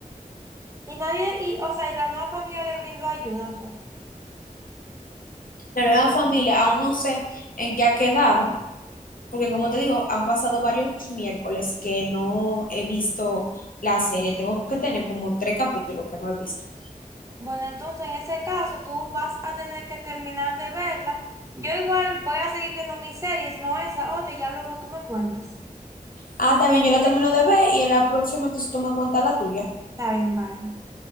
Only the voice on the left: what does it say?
La nueva familia, aún no sé en qué ha quedado, porque como te digo, han pasado varios miércoles que no he visto la serie. Tengo que tener como tres capítulos que no he visto.
Ah, también yo la termino de ver y en la próxima entonces tú me cuentas la tuya.